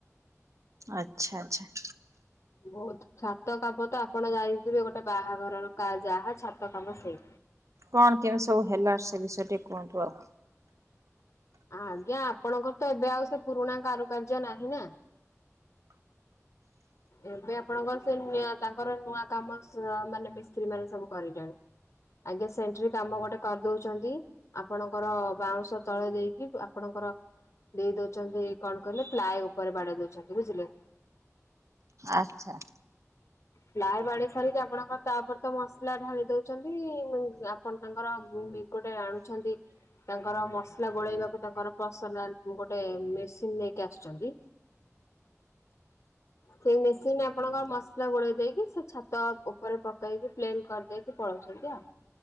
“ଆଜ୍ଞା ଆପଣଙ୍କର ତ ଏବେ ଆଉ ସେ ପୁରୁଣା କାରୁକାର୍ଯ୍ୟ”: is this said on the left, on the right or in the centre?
Left